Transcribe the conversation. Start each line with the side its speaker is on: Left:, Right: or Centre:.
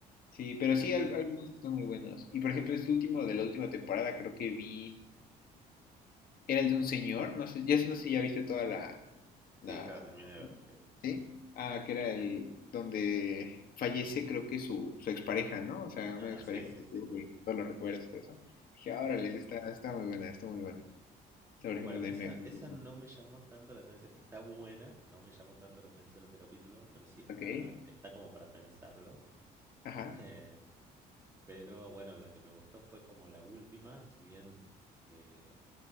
Left: Sí, pero
Right: Pero
Left: sí,
Right: bueno.
Left: al- algunos están muy buenos. Y por ejemplo, este último de la última temporada creo que vi, era el de un señor, no sé, ya sé- no sé si ya viste toda la, la,
Right: Sí, ya la terminé de ver. Sí, sí,
Left: ¿sí? Ah, que era
Right: sí.
Left: el, donde fallece creo que su, su expareja, ¿no? O sea,
Right: Ah,
Left: una expareja
Right: sí, sí,
Left: que tuvo
Right: sí.
Left: y todos los recuerdos y todo eso. Dije, órale,
Right: Sí.
Left: sí, está, está muy buena, está muy buena. O sea, por ejemplo,
Right: Bueno,
Left: de
Right: esa,
Left: me, me
Right: esa
Left: gustó.
Right: no me llamó tanto la atención. Está buena, no me llamó tanto la atención ese capítulo, pero sí está,
Left: Ok,
Right: está como para pensarlo.
Left: ajá.
Right: <laughs> Eh, Pero bueno, la que me gustó fue como la última, si bien. eh,